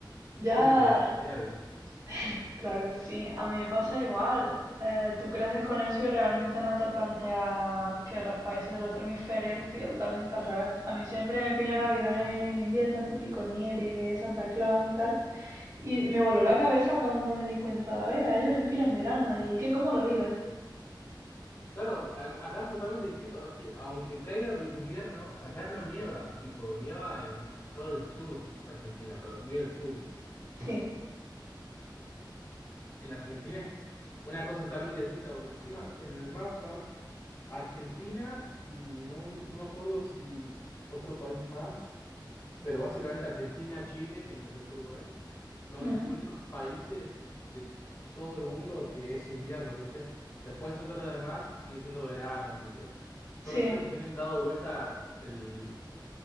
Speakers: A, on the right; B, on the left.
A: Ya,
B: Único y especial.
A: <laughs> claro que sí, a mí me pasa igual. Eh, tú creces con eso y realmente no te planteas que los países del otro hemisferio les pilla totalmente al revés. A mí siempre me pilla Navidad en invierno, típico nieve, Santa Claus y tal. Y me voló la cabeza cuando me di cuenta, ve, a ellos les pilla en verano. ¿Y qué, cómo lo vives?
B: Claro, a- acá es totalmente distinto, es que aunque caiga vi- invierno, acá no nieva, tipo, nieva en solo el sur de Argentina, pero muy el sur.
A: Sí.
B: en Argentina es una cosa totalmente distinta, porque encima en el mapa, Argentina y no, no me acuerdo si otro país más, pero básicamente Argentina, Chile y lo que es Uruguay son
A: Mm.
B: los únicos países de todo el mundo que es invierno, ¿viste? Después en todos los demás sigue siendo verano, ¿entendés? Son
A: Sí,
B: los únicos que tienen dado vuelta el,